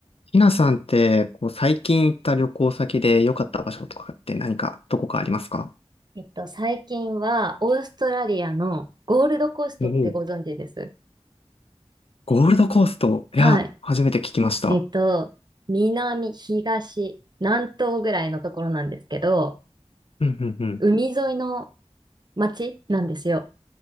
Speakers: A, on the left; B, on the right.
A: ひなさんって、こう、最近行った旅行先で良かった場所とかって何か、どこかありますか
B: えっと、最近は、オーストラリアのゴールドコーストってご存知です。
A: おおう、ゴールドコースト。いや、
B: はい。
A: 初めて聞きました。
B: えっと、南、東、南東ぐらいのところなんですけど、
A: うんうんうん。
B: 海沿いの街なんですよ。